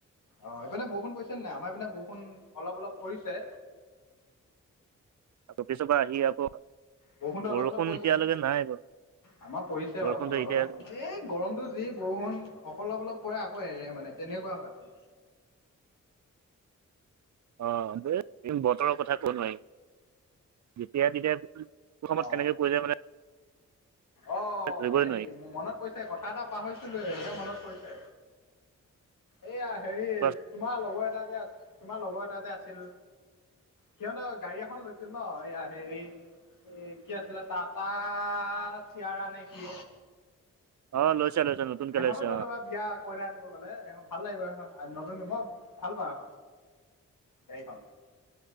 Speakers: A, on the left (about 75°); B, on the right (about 60°).
A: অ এইপিনে বৰষুণ পৰিছে নাই আমাৰ পিনে বৰষুণ অলপ অলপ পৰিছে
B: অফিচৰ পৰা আহি আকৌ
A: বৰষুণতো অলপ
B: বৰষুণ
A: অলপ পৰিছে
B: এতিয়ালৈকে নাই বাৰু
A: আমাৰ পৰিছে
B: বৰষুণটো
A: বাৰু অলপ
B: এতিয়া
A: অলপ এই গৰমটো এই বৰষুণ অলপ অলপ পৰে আকৌ এৰে মানে তেনেকুৱা হয় মানে
B: অ এ বতৰৰ কথা কব নোৱাৰি যেতিয়া তেতিয়া সময়ত
A: অ
B: কেনেকে পৰি যায় মানে
A: অ অ
B: ধৰিবই
A: হেৰি মোৰ মনত পৰিছে কথা এটা পাহৰিছিলো এতিয়া মনত পৰিছে এইয়া হেৰি
B: নোৱাৰি
A: তোমাৰ লগৰ এটা যে আ তোমাৰ লগৰ এটা এটা যে আছিল সিহঁতৰ গাড়ী এখন লৈছিল ন সেয়া হেৰি এ কি আছিলে টাটা চিয়াৰা নে কি
B: অ লৈছে লৈছে নতুনকে
A: সেইখনো
B: লৈছে
A: লৈ
B: অ
A: ল'বা বিয়া কইনা আনিব গলে এইখন ভাল লাগিব সেইখন নতুন মই ভাল পাওঁ এইখন গাড়ীখন